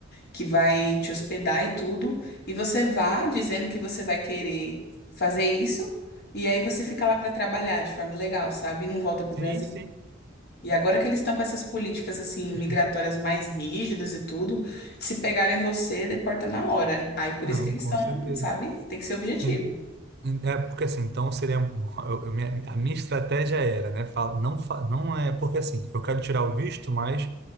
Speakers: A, on the left (about 55°); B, on the right (about 55°).
A: que vai te hospedar e tudo. E você vá dizendo que você vai querer fazer isso. E aí você fica lá para trabalhar de forma ilegal, sabe? E não volta para
B: Sim,
A: o Brasil.
B: sim.
A: E agora que eles estão com essas políticas assim migratórias
B: acho que isso-
A: mais rígidas e tudo, se pegarem você, deporta na hora. Aí por
B: não,
A: isso que eles
B: com
A: estão,
B: certeza.
A: sabe? Tem que ser objetivo.
B: Em- em- É porque assim, então seria um- <laughs> eu- eu- minha- a minha estratégia era, né? Fala, não, fa- não é porque assim, eu quero tirar o visto, mas